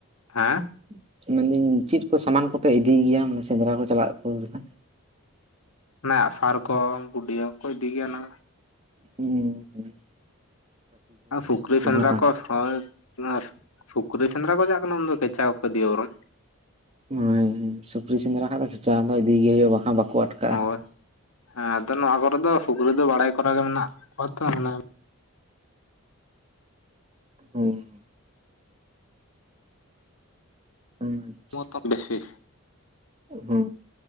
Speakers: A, on the right; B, on the left.
A: <inaudible>
B: ᱦᱮᱸ
A: ᱢᱮᱱᱫᱤᱧ ᱪᱮᱫ ᱠᱚ ᱥᱟᱢᱟᱱ ᱠᱚᱯᱮ ᱤᱫᱤ ᱜᱮᱭᱟ ᱢᱟᱱᱮ ᱥᱮᱸᱫᱽᱨᱟ ᱠᱚ ᱪᱟᱞᱟᱜ <unintelligible>
B: ᱚᱱᱟ ᱟᱸᱜᱼᱥᱟᱨ ᱠᱚ ᱵᱩᱰᱟᱹᱭᱟᱹ ᱠᱚ ᱤᱫᱤ ᱜᱮᱭᱟ ᱚᱱᱟ
A: ᱩᱸᱻ ᱦᱩᱸ ᱾
B: ᱟᱨ ᱥᱩᱠᱨᱤ ᱥᱮᱸᱫᱽᱨᱟ
A: ᱵᱟᱝ?
B: ᱠᱚ ᱦᱚᱭ <inaudible> ᱚᱱᱟ ᱥᱩᱠᱨᱤ ᱥᱮᱸᱫᱽᱨᱟ ᱠᱚ ᱪᱟᱜ ᱠᱟᱱᱟ ᱩᱱᱫᱚ ᱠᱮᱪᱟ ᱠᱚᱠᱚ ᱤᱫᱤᱭᱟ ᱵᱚᱨᱚᱢ ᱾
A: ᱦᱩᱸ ᱥᱩᱠᱨᱤ ᱥᱮᱸᱫᱽᱨᱟ ᱠᱷᱟᱱ ᱫᱚ ᱠᱷᱮᱪᱟ ᱫᱚ ᱤᱫᱤ ᱜᱮ ᱦᱩᱭᱩᱜᱼᱟ ᱵᱟᱠᱷᱟᱱ ᱵᱟᱠᱚ ᱟᱴᱚᱠ
B: ᱦᱳᱭ ᱾ <inaudible> ᱦᱮᱸ ᱟᱫᱚ ᱱᱚᱣᱟ ᱠᱚᱨᱮ ᱫᱚ ᱥᱩᱠᱨᱤ ᱫᱚ ᱵᱟᱲᱟᱭ ᱠᱚᱨᱟ ᱜᱮ ᱢᱮᱱᱟᱜ ᱟᱠᱟᱫ ᱠᱚᱣᱟ ᱛᱚ ᱢᱟᱱᱮ
A: ᱦᱩᱸ ᱾ <unintelligible>
B: <unintelligible> ᱵᱮᱥᱤ
A: ᱦᱩᱸ